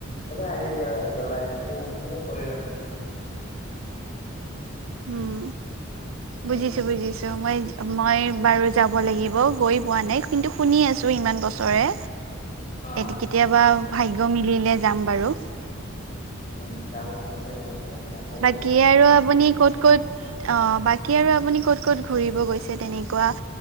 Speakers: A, on the left; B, on the right.
A: চ'বে আহে গৈ আৰু জ্বলাই সু সুন্দৰ পৰিৱেশ।
B: উম,
A: উম
B: বুজিছোঁ, বুজিছোঁ। মই মই বাৰু যাব লাগিব। গৈ পোৱা নাই, কিন্তু শুনি আছোঁ ইমান বছৰে।
A: অ'।
B: এত কেতিয়াবা ভাগ্য মিলিলে যাম বাৰু।
A: উম, যাব নিশ্চয় যাব, মই বোলো আকৌ
B: বাকী
A: গৈ
B: আৰু আপুনি ক'ত ক'ত? অঁ, বাকী আৰু আপুনি ক'ত, ক'ত ঘূৰিব গৈছে তেনে কোৱা,